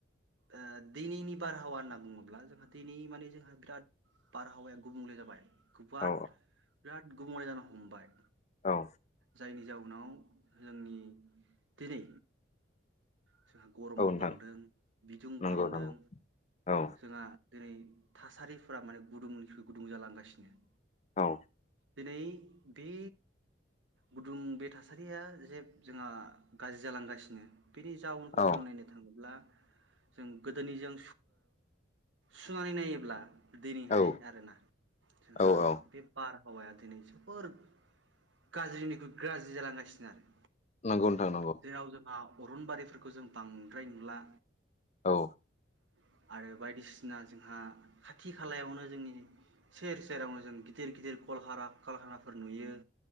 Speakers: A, on the right; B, on the left.
A: ओ दिनैनि बारहावा होनना बुङोब्ला जोंहा दिनै माने जोंहा बिराद बारहावाया गुबुंले जाबाय <unintelligible> बिराद
B: औ
A: गुबुंले जानो हमबाय
B: औ
A: जायनि जाउनाव जोंनि दिनै जोंहा गरमा
B: नोंथां
A: बांदों बिदुं
B: नंगौ
A: बांदों
B: नंगौ औ
A: जोंहा दिनै थासारिफोरा माने गुदुंनिख्रुइ गुदुं जालांगासिनो
B: औ
A: दिनै बे गुदुं बे थासारिया जे जोंहा गाज्रि जालांगासिनो बिनि जाउनखौ
B: औ
A: जों नायनो थाङोब्ला जों गोदोनिजों सुनानै नायोब्ला दिनैहाय
B: औ
A: आरोना जोंहा
B: औ औ
A: बे बार आबहावाया दिनै जोबोर गाज्रिनिख्रुइ गाज्रि जालांगासिनो आरो
B: नंगौ नोंथां नंगौ
A: जेराव जोंहा अरनबारिफोरखौ जों बांद्राय नुला
B: औ
A: <inaudible> आरो बायदिसिना जोंहा खाथि खालायावनो जोंनि सेर सेरावनो जों गिदिर गिदिर कलहारा कलखानाफोर नुयो